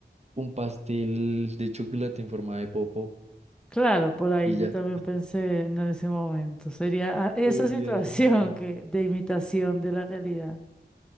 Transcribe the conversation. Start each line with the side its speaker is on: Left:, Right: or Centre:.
Right: un pastel de chocolate en forma de popo
Centre: Claro, por ahí
Right: y
Centre: yo
Right: ya.
Centre: también pensé en ese momento. Sería ah, esa
Right: Podría
Centre: <laughs> situación
Right: ser.
Centre: que de imitación de la realidad.